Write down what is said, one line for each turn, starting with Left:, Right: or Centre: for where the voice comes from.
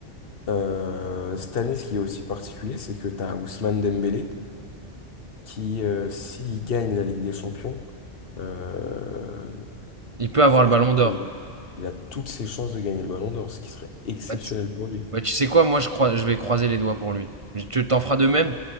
Left: euh, cette année, ce qui est aussi particulier, c'est que tu as Ousmane Dembélé qui, euh, s'il gagne la Ligue des Champions, euh,
Right: il peut avoir
Left: franchement,
Right: le ballon d'or?
Left: il, il a toutes ses chances de gagner le Ballon d'Or, ce qui serait exceptionnel
Right: Bah, t-
Left: pour lui.
Right: bah, tu sais quoi, moi je crois, je vais croiser les doigts pour lui. Je- Tu t'en feras de même?